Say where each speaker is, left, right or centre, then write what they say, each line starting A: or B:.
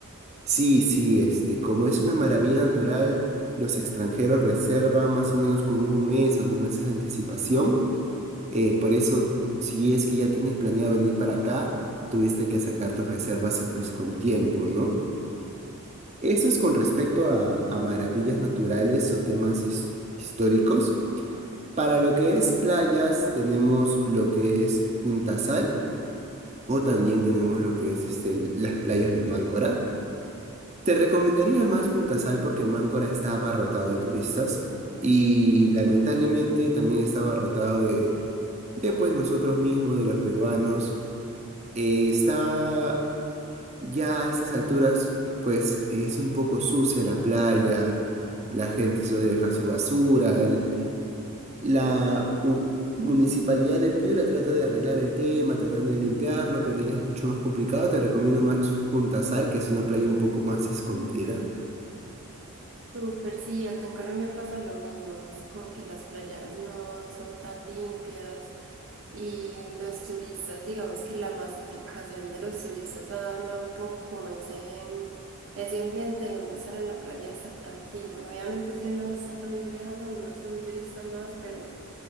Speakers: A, on the right; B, on the right.
A: Sí, sí, este, como es una maravilla natural, los extranjeros reservan más o menos con un mes a dos meses de anticipación Eh, por eso, si es que ya tienes planeado venir para acá, tuviste que sacar tus reservas eh, pues con tiempo, ¿no? Eso es con respecto a, a maravillas naturales o temas his- históricos. Para lo que es playas, tenemos lo que es Puntasal o también tenemos lo que es este, las playas de Máncora. Te recomendaría más Puntasal porque Máncora está abarrotado de turistas y lamentablemente también está abarrotado de, de pues nosotros mismos, de los peruanos Eh, está ya a estas alturas, pues es un poco sucia la playa, la gente suele dejar su basura, el- la u- municipalidad de Piura trata de arreglar el tema, tratando de limpiarlo, pero ya es mucho más complicado. Te recomiendo más Punta Sal, que es una playa un poco más escondida.
B: Súper, sí, acá en Colombia pasa lo mismo, es como que las playas no son tan limpias y los turistas, digamos que la masificación de los turistas ha dañado un poco como ese, ese ambiente de uno estar en la playa y estar tranquilo. Obviamente si uno está también viajando, uno es un turista más, pero